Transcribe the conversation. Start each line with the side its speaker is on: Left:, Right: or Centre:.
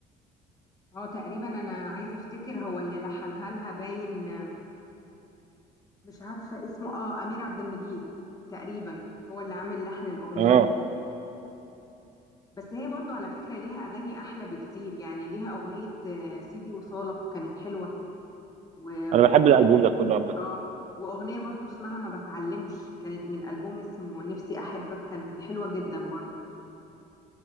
Left: اه تقريبا انا عايزه افتكر هو اللي لحنها لها باين آم، مش عارفه اسمه اه امير عبد المجيد تقريبا هو اللي عامل لحن الاغنيه
Right: اه
Left: دي بس هي برضو على فكره ليها اغاني احلى بكتير يعني ليها اغنيه آه، سيدي وصالك كانت حلوه و...
Right: انا
Left: واغنيه
Right: بحب الالبوم ده كله عامه
Left: اه واغنيه برضو اسمها ما بتعلمش كانت من البوم اسمه نفسي احبك كانت حلوه جدا برضو